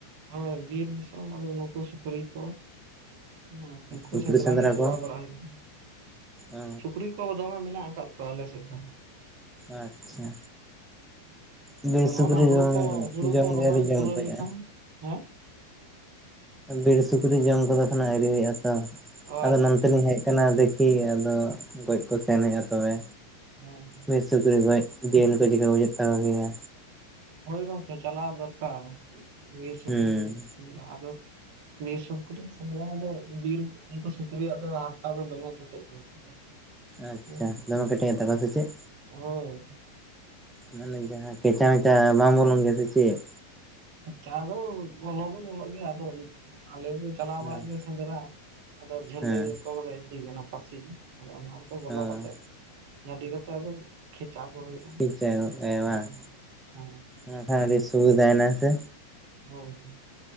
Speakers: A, on the right (about 50°); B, in the centre.
A: ᱦᱳᱭ ᱵᱤᱨ ᱫᱤᱥᱚᱢ ᱟᱫᱚ ᱱᱩᱠᱩ ᱥᱩᱠᱨᱤ ᱠᱚ ᱦᱩᱸ ᱩᱱᱠᱩ
B: ᱥᱩᱠᱨᱤ
A: ᱥᱮᱸᱫᱽᱨᱟ ᱜᱮ ᱪᱟᱞᱟᱣ
B: ᱠᱚ
A: ᱵᱟᱲᱟ ᱦᱩᱭᱩᱜᱼᱟ
B: ᱚ
A: ᱥᱩᱠᱨᱤ ᱠᱚ ᱫᱚᱢᱮ ᱢᱮᱱᱟᱜ ᱠᱟᱫ ᱠᱚᱣᱟ ᱟᱞᱮ ᱥᱮᱫ ᱫᱚ
B: ᱟᱪᱪᱷᱟ ᱵᱤᱨ
A: ᱟᱫᱚ
B: ᱥᱩᱠᱨᱤ
A: ᱱᱚᱜ ᱱᱚᱣᱟ ᱦᱩᱲᱩ
B: ᱫᱚ
A: ᱠᱚ ᱦᱩᱲᱩ
B: ᱡᱚᱢ ᱜᱮ
A: ᱠᱚ ᱨᱚᱦᱚᱭ
B: ᱟᱹᱣᱨᱤ ᱡᱚᱢ
A: ᱯᱩᱨᱟᱹᱣ
B: ᱠᱚᱜᱼᱟ
A: ᱞᱮᱠᱷᱟᱱ ᱦᱮᱸ
B: ᱵᱤᱨ ᱥᱩᱠᱨᱤ ᱡᱚᱢ ᱠᱚᱫᱚ ᱠᱷᱟᱱ ᱟᱹᱣᱨᱤ ᱦᱩᱭᱩᱜ ᱟᱛᱚ
A: ᱚ
B: ᱟᱫᱚ
A: ᱟᱪᱪᱷᱟ
B: ᱱᱚᱱᱛᱮ ᱞᱤᱧ ᱦᱮᱜ <unintelligible> <unintelligible> ᱠᱟᱱᱟ ᱫᱮᱠᱷᱤ ᱟᱫᱚ ᱜᱚᱡ ᱠᱚ ᱥᱮᱱ ᱦᱩᱭᱩᱜᱼᱟ ᱛᱚᱵᱮ
A: <unintelligible>
B: ᱢᱤᱫ ᱥᱩᱠᱨᱤ ᱜᱚᱡ ᱡᱤᱞ ᱠᱚ ᱪᱮᱠᱟ ᱦᱩᱭᱩᱜᱜ ᱛᱟᱠᱚ ᱜᱮᱭᱟ
A: ᱦᱳᱭ ᱜᱚᱝᱠᱮ ᱪᱟᱞᱟᱣ ᱫᱚᱨᱠᱟᱨ ᱵᱤᱨ ᱥᱩᱠᱨᱤ
B: ᱦᱩᱸ
A: ᱥᱮᱸᱫᱽᱨᱟ ᱟᱫᱚ ᱵᱤᱨ ᱥᱩᱠᱨᱤ ᱥᱮᱸᱫᱽᱨᱟ ᱫᱚ ᱵᱤᱨ ᱩᱱᱠᱩ ᱥᱩᱠᱨᱤᱭᱟᱜ ᱫᱚ ᱦᱟᱨᱛᱟ ᱫᱚ ᱫᱚᱢᱮ ᱠᱮᱴᱮᱡᱽ ᱜᱮᱭᱟ <inaudible>
B: ᱟᱪᱪᱷᱟ
A: ᱦᱩᱸ
B: ᱫᱚᱢᱮ ᱠᱮᱴᱮᱡ ᱮᱱ ᱛᱟᱠᱚᱣᱟ ᱥᱮ ᱪᱮᱫ
A: ᱦᱳᱭ
B: ᱢᱟᱱᱮ ᱡᱟᱦᱟᱸ ᱠᱷᱮᱪᱟ ᱢᱮᱪᱟ ᱵᱟᱝ ᱵᱚᱞᱚᱱ ᱜᱮᱭᱟ ᱥᱮ ᱪᱮᱜ
A: ᱠᱷᱮᱪᱟ ᱫᱚ ᱵᱚᱞᱚ ᱫᱚ ᱵᱚᱞᱚᱜ ᱜᱮᱭᱟ ᱟᱫᱚ ᱟᱞᱮ <unintelligible> ᱪᱟᱞᱟᱣ
B: ᱦᱮᱸ
A: ᱵᱟᱲᱟᱜ ᱜᱮᱭᱟ ᱥᱮᱸᱫᱽᱨᱟ ᱟᱫᱚ ᱡᱷᱟᱹᱞᱤ
B: ᱦᱮᱸ
A: ᱠᱚᱫᱚᱞᱮ ᱤᱫᱤ ᱜᱮᱭᱟ ᱚᱱᱟ ᱯᱟᱹᱥᱤ ᱟᱫᱚ ᱚᱱᱟ <unintelligible> ᱵᱚᱞᱚ
B: ᱚ
A: ᱠᱟᱛᱮᱜ ᱡᱷᱟᱞᱤ ᱠᱟᱛᱮ ᱟᱫᱚ ᱠᱷᱮᱪᱟ ᱠᱚ ᱦᱩᱭᱩᱜᱼᱟ
B: ᱠᱮᱪᱟ ᱜᱚᱫ ᱠᱟᱭᱟ
A: ᱦᱮᱸ
B: ᱵᱟᱝ
A: ᱦᱮᱸ
B: ᱮᱱᱠᱷᱟᱱ ᱥᱩᱵᱤᱫᱷᱟ ᱱᱟ ᱥᱮ
A: ᱦᱳᱭ <unintelligible>